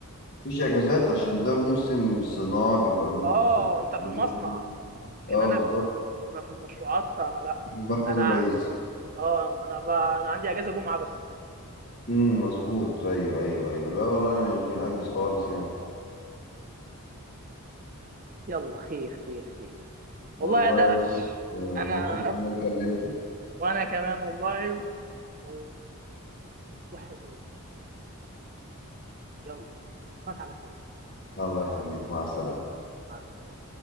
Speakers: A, on the left; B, on the right.
A: مفيش أجازات عشان ده موسم صناعة بيبقى لمدة
B: اه
A: ست
B: انت في
A: شهور.
B: المصنع لكن
A: اه
B: انا
A: بالظبط
B: في انا في المشروعات فما لا
A: في المركز
B: انا
A: الرئيسي
B: اه انا بقى انا عندي اجازه جمعه بس
A: امم مظبوط أيوه أيوه أيوه لا والله أنا مش بنأجز خالص يعني
B: يلا خير خير خير والله
A: والله
B: يا درش
A: يا يوسف، آه،
B: انا
A: مبسوط إن
B: أب...
A: أنا كلمتك
B: وانا كمان والله و- وحلو وكويس يلا اشوفك على خير
A: الله يخليك مع السلامة
B: مع السلامه